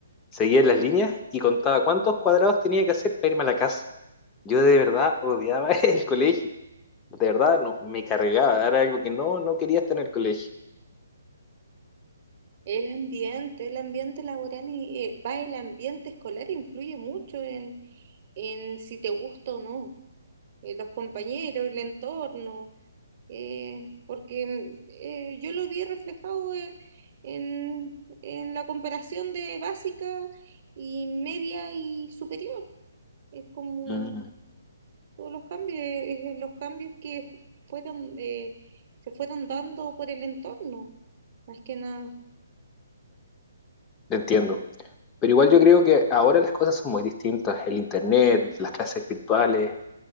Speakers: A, on the left; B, on the right.
A: seguía las líneas y contaba cuántos cuadrados tenía que hacer para irme a la casa. Yo de verdad odiaba <laughs> el colegio. De verdad, no, me cargaba. Era algo que no, no quería estar en el colegio.
B: El ambiente, el ambiente laboral y eh, va el ambiente escolar influye mucho en, en si te gusta o no, Eh, los compañeros, el entorno, eh, porque mm, eh, yo lo vi reflejado en, en, en la comparación de básica y media y superior. Es como
A: Mm,
B: todos los cambios, eh, eh, los cambios que fu- fueron, eh, se fueron dando por el entorno, más que nada.
A: te entiendo. Pero igual yo creo que ahora las cosas son muy distintas. El internet, las clases virtuales,